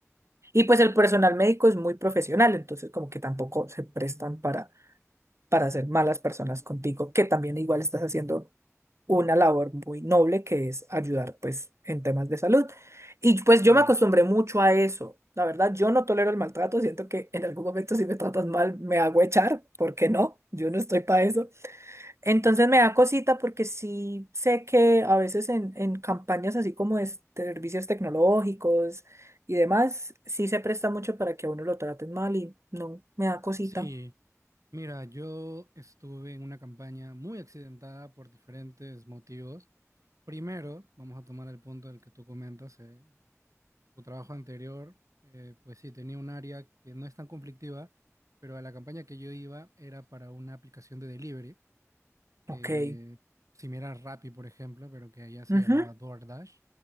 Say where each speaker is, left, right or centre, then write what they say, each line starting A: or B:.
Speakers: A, on the right (about 60°); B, on the right (about 75°).
A: Y pues el personal médico es muy profesional, entonces como que tampoco se prestan para, para ser malas personas contigo, que también igual estás haciendo una labor muy noble que es ayudar pues en temas de salud. Y pues yo
B: claro.
A: me acostumbré mucho a eso. La verdad, yo no tolero el maltrato, siento que en algún momento si me tratas mal me hago echar, ¿por qué no? Yo no estoy para eso. Entonces me da cosita porque sí sé que a veces en, en campañas así como de s- de servicios tecnológicos y demás, sí se presta mucho para que a uno lo traten mal y no, me da cosita.
B: Sí, mira, yo estuve en una campaña muy accidentada por diferentes motivos. Primero, vamos a tomar el punto del que tú comentas, eh, tu trabajo anterior, eh, pues sí, tenía un área que no es tan conflictiva, pero a la campaña que yo iba era para una aplicación de delivery, eh,
A: Ok.
B: similar a Rappi, por ejemplo, pero que allá se
A: Ujú.
B: llamaba DoorDash.